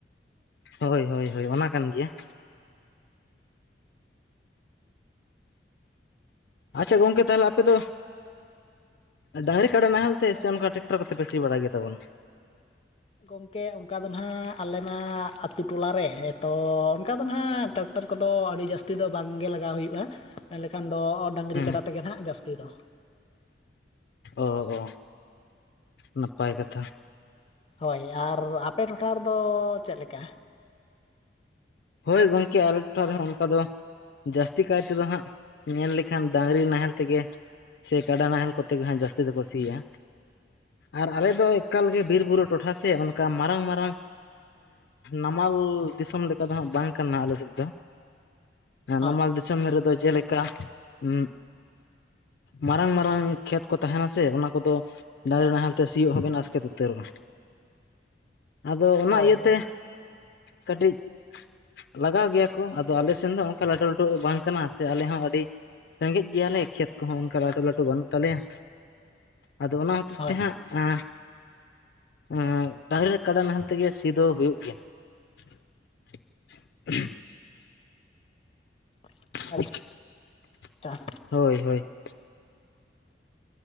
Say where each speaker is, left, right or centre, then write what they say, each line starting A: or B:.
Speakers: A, on the left (about 60°); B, on the left (about 35°).
A: ᱦᱳᱭ ᱦᱳᱭ ᱦᱳᱭ ᱚᱱᱟ ᱠᱟᱱ ᱜᱮᱭᱟ᱾ ᱟᱪᱪᱷᱟ ᱜᱚᱝᱠᱮ ᱛᱟᱦᱞᱮ ᱟᱯᱮ ᱫᱚ ᱰᱟᱝᱨᱤ ᱠᱟᱰᱟ ᱱᱟᱦᱮᱞᱛᱮ ᱥᱮ ᱚᱱᱠᱟ ᱴᱨᱟᱠᱴᱚᱨ ᱠᱚᱛᱮ ᱯᱮᱥᱤ ᱵᱟᱲᱟᱭ ᱜᱮᱛᱟᱵᱚᱱᱟ?
B: ᱜᱚᱢᱠᱮ ᱚᱱᱠᱟ ᱫᱚ ᱱᱟᱦᱟᱜ ᱟᱞᱮᱱᱟᱜ ᱟᱛᱩ ᱴᱚᱞᱟᱨᱮ ᱛᱚ ᱚᱱᱠᱟ ᱫᱚ ᱱᱟᱦᱟᱜ ᱴᱟᱠ ᱠᱴᱟᱨ ᱠᱚᱫᱚ ᱟᱹᱰᱤ ᱡᱟᱹᱥᱛᱤ ᱫᱚ ᱵᱟᱝᱜᱮ ᱞᱟᱜᱟᱣ ᱦᱩᱭᱩᱜ-ᱟ᱾ ᱢᱮᱱᱞᱮᱠᱷᱟᱱ ᱫᱚ ᱰᱟᱹᱝᱨᱤ
A: ᱦᱮᱸ
B: ᱠᱟᱰᱟ ᱛᱮᱜᱮ ᱱᱟᱦᱟᱜ ᱡᱟᱹᱥᱛᱤ ᱫᱚ᱾
A: ᱚ ᱚ ᱱᱟᱯᱟᱭ ᱠᱟᱛᱷᱟ᱾
B: ᱦᱳᱭ ᱟᱨ ᱟᱯᱮ ᱴᱚᱴᱷᱟ ᱨᱮ ᱫᱚ ᱪᱮᱫ ᱞᱮᱠᱟ?
A: ᱦᱳᱭ ᱜᱚᱝᱠᱮ ᱟᱞᱮ ᱴᱚᱴᱷᱟ ᱨᱮ ᱦᱚᱸ ᱚᱱᱠᱟ ᱫᱚ ᱡᱟᱹᱥᱛᱤ ᱠᱟᱭ ᱛᱮᱫᱚ ᱦᱟᱸᱜ ᱧᱮᱞ ᱞᱮᱠᱷᱟᱱ ᱰᱟᱝᱨᱤ ᱱᱟᱦᱮᱞ ᱛᱮᱜᱮ ᱥᱮ ᱠᱟᱰᱟ ᱱᱟᱦᱮᱞ ᱠᱚ ᱛᱮᱜᱮ ᱦᱟᱸᱜ ᱡᱟᱹᱥᱛᱤ ᱫᱚ ᱠᱚ ᱥᱤ-ᱭᱟ ᱟᱨ ᱟᱞᱮ
B: ᱦᱳᱭ
A: ᱫᱚ ᱮᱠᱟᱞ ᱜᱮ ᱵᱤᱨ ᱵᱩᱨᱩ ᱴᱚᱴᱷᱟ ᱥᱮ ᱚᱱᱠᱟ ᱢᱟᱨᱟᱝ ᱢᱟᱨᱟᱝ ᱱᱟᱢᱟᱞ ᱫᱤᱥᱚᱢ ᱞᱮ ᱠᱟ ᱫᱚ ᱦᱟᱸᱜ ᱵᱟᱝ ᱠᱟᱱᱟ ᱟᱞᱮ ᱥᱮᱫ ᱫᱚ
B: ᱦᱳᱭ
A: ᱱᱟᱢᱟᱞ ᱫᱤᱥ ᱥᱚᱢᱚ ᱨᱮᱫᱚ ᱡᱮᱞᱮᱠᱟ ᱩᱸ ᱢᱟᱨᱟᱝ ᱢᱟᱨᱟᱝ ᱠᱷᱮᱛ ᱠᱚ ᱛᱟᱦᱮᱱᱟ ᱥᱮ ᱚᱱᱟ ᱠᱚᱫᱚ ᱰᱟᱝᱜᱨᱤ ᱱᱟᱦᱮᱞ ᱛᱮ ᱥᱤᱭᱚᱜ ᱦᱚᱸ ᱵᱮᱱ ᱟᱥᱠᱮᱛ ᱩᱛᱟᱹᱨᱚᱜ-ᱟ᱾ ᱟᱫᱚ ᱚᱱᱟ
B: ᱦᱳᱭ
A: ᱤᱭᱟᱹ
B: ᱦᱳᱭ
A: ᱛᱮ ᱠᱟᱹᱴᱤᱡ ᱞᱟᱜᱟᱣ ᱜᱮᱭᱟ ᱠᱚ ᱟᱫᱚ ᱟᱞᱮ ᱥᱮᱱ ᱫᱚ ᱚᱝᱠᱟ ᱞᱟᱹᱴᱩ ᱞᱟᱹᱴᱩ ᱵᱟᱝ ᱠᱟᱱᱟ ᱥᱮ ᱟᱞᱮ ᱦᱚᱸ ᱟᱹᱰᱤ ᱨᱮᱸᱜᱮᱡ ᱜᱮᱭᱟ ᱞᱮ ᱠᱷᱮᱛ ᱠᱚ ᱦᱚᱸ ᱚᱱᱠᱟ ᱞᱟᱹᱴᱩ ᱞᱟᱹᱴᱩ ᱵᱟᱹᱱᱩᱜ ᱛᱟᱞᱮᱭᱟ, ᱟᱫᱚ ᱚᱱᱟ ᱦᱚ
B: ᱦᱳᱭ
A: ᱛᱮ ᱦᱟᱸᱜ ᱮᱸ ᱮᱸ ᱰᱟᱝᱨᱤ ᱠᱟᱰᱟ ᱱᱟᱦᱮᱞ ᱛᱮᱜᱮ ᱥᱤ ᱫᱚ ᱦᱩᱭᱩᱜ ᱜᱮᱭᱟ᱾ <unintelligible>
B: <unintelligible>
A: <unintelligible>
B: <unintelligible>
A: ᱦᱳᱭ ᱦᱳᱭ ᱾